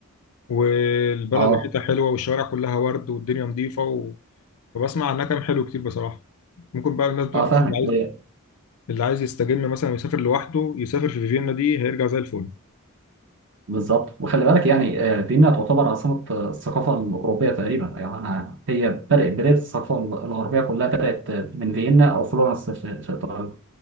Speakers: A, on the left; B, on the right.
A: والبلد
B: اه
A: ريحتها حلوه والشوارع كلها ورد والدنيا نظيفه و... فبسمع عنها كلام حلو كتير بصراحه ممكن بقى الناس بتقول
B: اه
A: لك
B: فاهمك
A: مثلا اللي عايز
B: و-
A: اللي عايز يستجم مثلا ويسافر لوحده يسافر في فيينا دي هيرجع زي الفل
B: بالظبط وخلي بالك يعني آه، فيينا تعتبر عاصمه آه، الثقافه الاوروبيه تقريبا يعني انا هي بدات بدايه الثقافه الغربيه كلها بدات آه، من فيينا او فلورنس في في ايطاليا